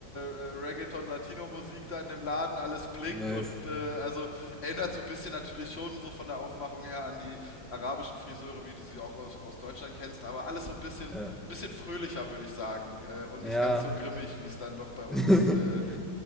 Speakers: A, on the left (about 35°); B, in the centre.
A: äh, äh, Reggaeton-Latino-Musik da in dem Laden, alles blinkt
B: Nice.
A: und äh, also erinnert so ein bisschen natürlich schon so von der Aufmachung her an die arabischen Friseure, wie du sie auch aus, aus Deutschland kennst, aber alles so ein bisschen,
B: Ja.
A: ein bisschen fröhlicher, würde ich sagen. Äh, und
B: Ja.
A: nicht ganz so grimmig, wie es dann doch bei uns,
B: <laughs>
A: äh,